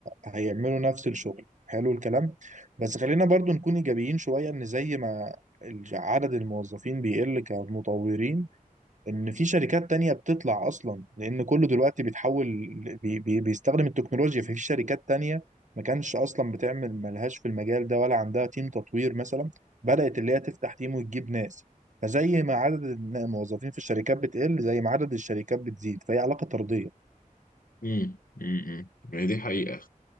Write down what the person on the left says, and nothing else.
امم امم دي حقيقة